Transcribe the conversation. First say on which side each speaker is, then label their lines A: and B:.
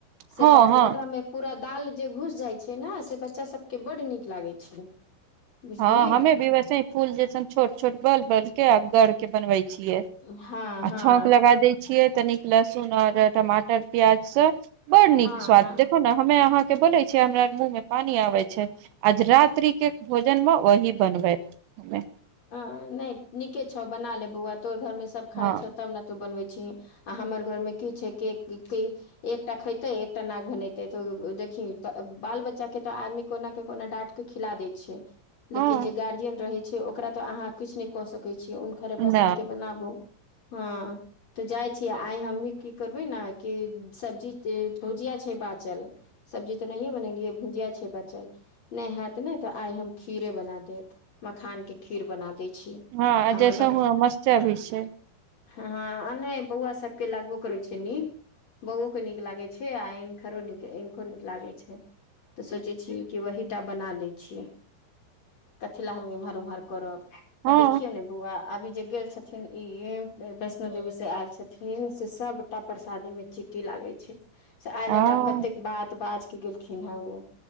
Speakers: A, on the left (about 45°); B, on the right (about 80°).
A: से
B: हँ
A: बच्च
B: हँ
A: मे पूरा दाल जे घुस जाइ छै ने से बच्चा सबके बड्ड नीक लागे छै बुझलिही
B: हँ हमे भी वैसेही फूल जैसन छोट छोट बेल बेल के आ गढ़ के बनबै छियै
A: हँ
B: आ
A: हँ
B: छौक लगा दै छियै तनिक लहसुन आओर टमाटर प्याजसँ बड़ नीक
A: हँ
B: स्वाद
A: हँ
B: देखो न हमे अहाँ के बोले छियै हमरा अर मुँह मे पानी आबै छै आज रात्रि के भोजन मऽ वही बनबै हमे
A: अ नहि नीके छौ बना ले बौआ तोहर घरमे सब खाय
B: हँ
A: छ तब न तू बनबै छही आ हमर घरमे कि छै किएक कि एकटा खेते एकटा नाक भनेते तऽ देखी बाल बच्चा के तऽ आदमी कोना के कोना डाँट खिला दै छै
B: हँ
A: लेकिन जे गार्जियन रहै छै ओकरा तऽ अहाँ किछ नहि कऽ सकै छियै घरे
B: न
A: पसन्द के बनाबू हँ तऽ जाइ छियै आइ हमही की करबै ने कि सब्जी भुजिया छै बाचल सब्जी तऽ नहिए बनेलियै भुजिया छै बाचल नहि होयत नहि तऽ आइ हम खीरे बना देब मखान के खीर बना दै छी
B: हँ
A: हमर
B: जैसे
A: बच
B: हुआ मस्चा भी छै
A: हँ आ नहि बौआ सबके लागू करै छै न निक बौओके नीक लागै छै, आ हिनकरो नीक इनको नीक लागै छै। तऽ सोचे छियै कि वहीटा बना लै छियै कथी लए हम इम्हर उम्हर। करब
B: हँ
A: आ देखिय ने बुआ। अभी जे गेल छथिन इ वैष्णो देवीसे आयल छथिन से सभटा परसादीमे चिट्ठी लागे छै, से आइ
B: हँ
A: हमरा कतेक बात बाजके गेलखिन हे ओ।